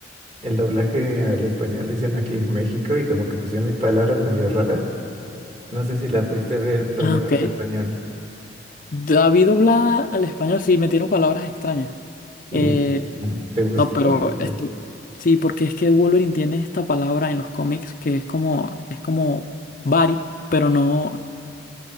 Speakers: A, on the right; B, on the left.
A: el doblaje al español lo hicieron aquí en México y como que pusieron ahí palabras medio raras. No sé si la pudiste ver doblada
B: Ah, ok.
A: al español.
B: David doblada al español, sí, metieron palabras extrañas.
A: ¿Y
B: Eh,
A: ah, te gustó?
B: No, pero
A: Pero,
B: esto, sí, porque es que Wolverine tiene esta palabra en los cómics que es como, es como buddy, pero no,